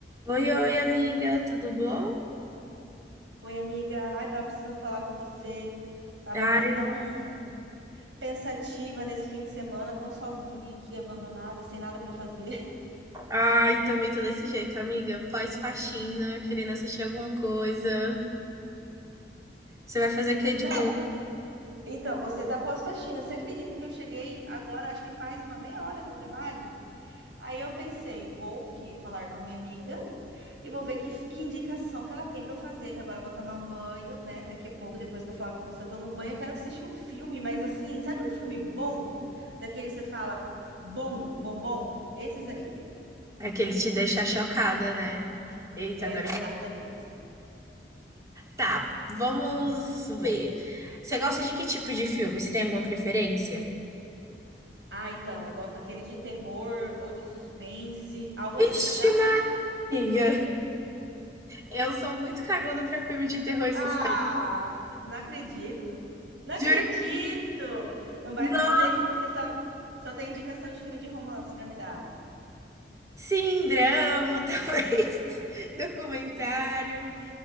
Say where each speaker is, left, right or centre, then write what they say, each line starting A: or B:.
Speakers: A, on the right; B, on the right.
A: Oi, oi, amiga, tudo bom?
B: Oi, amiga. Ai, tava precisando falar com você. Tava
A: Ai,
B: aqui tão pensativa nesse fim de semana, tão sozinha aqui, abandonada, sem nada pra fazer.
A: ai, também tô desse jeito, amiga. Pós-faxina, querendo assistir alguma coisa. Você vai fazer
B: <laughs>
A: o que de
B: Não,
A: boa?
B: então, você tá pós-faxina. Você acredita que eu cheguei agora, acho que faz uma meia hora do trabalho? Aí eu pensei, vou o quê? Falar com a minha amiga e vou ver que, que indicação que ela tem pra eu fazer, que agora eu vou tomar um banho, né? Daqui a pouco, depois que eu falar com você, eu tomo um banho, eu quero assistir um filme, mas assim, sabe um filme bom? Daquele que você fala, bom, bom, bom? Esses aí.
A: É que ele te deixar chocada, né? Eita,
B: Exatamente.
A: agora. Tá, vamos ver. Você gosta de que tipo de filme? Você tem alguma preferência?
B: Ah, então, eu gosto daqueles de terror ou de suspense, algo assim,
A: Ixi,
B: sabe?
A: amiga, eu sou muito cagona pra filme de terror e
B: Ah,
A: suspense.
B: não acredito. Não acredito!
A: Juro.
B: Não vai
A: Nossa,
B: me dizer que você só, só tem indicação de filme de romance pra me dar.
A: sim, drama, <laughs> talvez. Documentário.